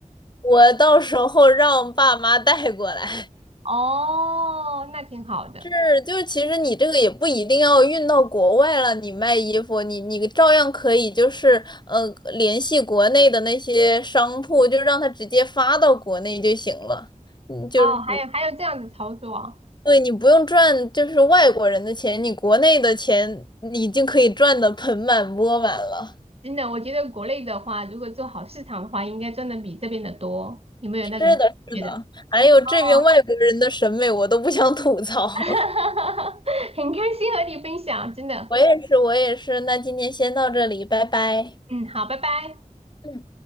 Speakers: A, on the left; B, on the right.
A: 我到时候让爸妈带过来，
B: 哦，那挺好的。
A: 是就其实你这个也不一定要运到国外了，你卖衣服，你你照样可以就是呃联系国内的那些商铺，就让他直接发到国内就行了。嗯，就是不
B: 哦，还有还有这样子操作啊，
A: 对，你不用赚就是外国人的钱，你国内的钱你已经可以赚的盆满钵满了。
B: 真的，我觉得国内的话，如果做好市场的话，应该赚的比这边的多。有没有那种觉得？
A: 是的，是的，还有这边外国人的审美我都不想吐槽。
B: 哦，
A: <laughs>
B: <laughs> 很开心和你分享，真的。
A: 我也是，我也是。那今天先到这里，拜拜。
B: 嗯，好，拜拜。
A: 嗯。